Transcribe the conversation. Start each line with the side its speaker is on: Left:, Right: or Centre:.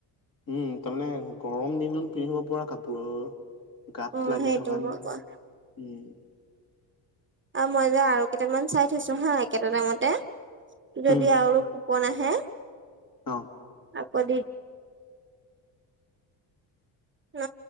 Left: উম তাৰমানে গৰম দিনত পিন্ধিব পৰা কাপোৰ আৰু গাত
Right: অ
Left: লাগি
Right: সেইটো
Left: থকা উম
Right: মই কোৱা অ মই যে আৰু কেইটামান চাই থৈছো হা একেটা দামতে যদি
Left: উম
Right: আৰু কোন আহে
Left: অ
Right: আ <unintelligible> ক দি ন